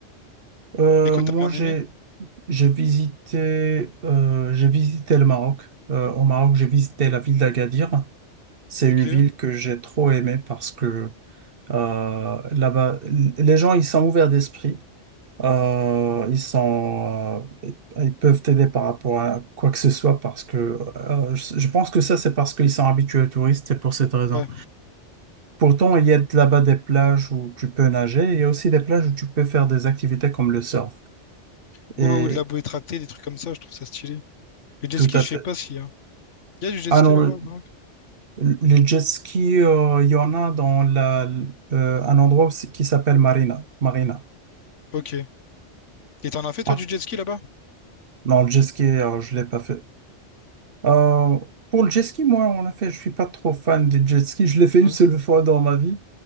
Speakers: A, on the right; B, on the left.
A: Euh,
B: et que
A: moi,
B: t'as bien
A: j'ai,
B: aimé.
A: j'ai visité, euh, j'ai visité le Maroc. Euh, au Maroc, j'ai visité la ville d'Agadir. C'est une
B: Ok.
A: ville que j'ai trop aimée parce que euh, là-bas, l- les gens, ils sont ouverts d'esprit. Euh, ils sont, euh, ils peuvent t'aider par rapport à quoi que ce soit parce que euh, je, je pense que ça, c'est parce qu'ils sont habitués aux touristes, c'est pour cette raison.
B: Ouais.
A: Pourtant, il y a de- là-bas des plages où tu peux nager, il y a aussi des plages où tu peux faire des activités comme le surf.
B: Ouais,
A: Et
B: ou de la bouée tractée, des trucs comme ça, je trouve ça stylé. Le jet
A: tout
B: ski,
A: à
B: je
A: fait.
B: sais pas s'il y a. Il y a du jet
A: Ah
B: ski
A: non,
B: là-bas
A: le,
B: au Maroc?
A: le jet ski, euh, il y en a dans la, euh, un endroit aussi qui s'appelle Marina. Marina.
B: Ok. Et t'en as fait toi
A: Ah,
B: du jet ski là-bas?
A: non, le jet ski, euh, je ne l'ai pas fait. Euh, pour le jet ski, moi, on en fait. je suis pas trop fan des jet ski. Je l'ai fait
B: Ouais.
A: une seule fois dans ma vie.